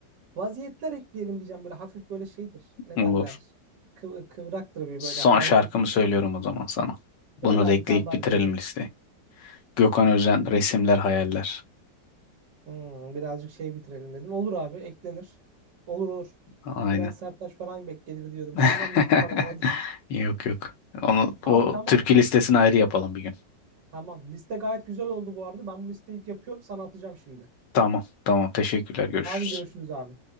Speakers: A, on the right; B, on the left.
A: Vaziyetler ekleyelim diyeceğim böyle hafif böyle şeydir. Ne
B: Olur.
A: derler? Kıv- kıvraktır bir
B: Son
A: böyle hareketli
B: şarkımı söylüyorum
A: parçadır.
B: o zaman sana. Bunu
A: Böyle
B: da ekleyip
A: bir tane daha
B: bitirelim
A: bitirelim.
B: listeyi. Gökhan Özen, Resimler Hayaller.
A: Hmm, birazcık şey bitirelim dedin. Olur abi eklenir. Olur olur.
B: Aynen.
A: Bülent Serttaş falan beklenir diyordum
B: <laughs>
A: senden. <laughs> Ne tamam hadi.
B: Yok yok. Onu,
A: Abi
B: o
A: tamam.
B: türkü listesini ayrı yapalım bir gün.
A: Tamam. Liste gayet güzel oldu bu arada. Ben bu listeyi yapıyorum sana atacağım şimdi.
B: Tamam tamam. Teşekkürler. Görüşürüz.
A: Hadi görüşürüz abi.